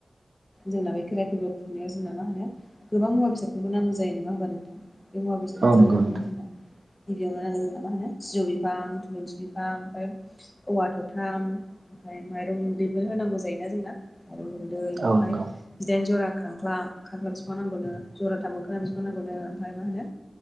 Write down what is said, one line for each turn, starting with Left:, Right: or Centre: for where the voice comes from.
Left: जोंना बे खेराइफोरबो खुंनायाव जोंना मा होनो गोबां मुवा बेसादफोरखौ नांगौ जायो नङा होमबा नोंथां बे मुवा बेसादफोर
Right: औ
Left: जाबाय
Right: नंगौ
Left: मा
Right: नोंथां
Left: होनो जोंना गिबियावनो नांगौ जोंना मा होनो सिजौ बिफां थुलुंसि बिफां ओ औवा थथाम ओमफ्राय माइरं गुन्दैबो होनांगौ जायोना जोंना अन- दै
Right: औ
Left: ओमफ्राय
Right: नंगौ
Left: बिदाइनो जरा खांख्ला खांख्लाब बिसेबां नांगौनो जरााथाम मोखोना बेबां नांगौनो ओमफ्राय मा होनो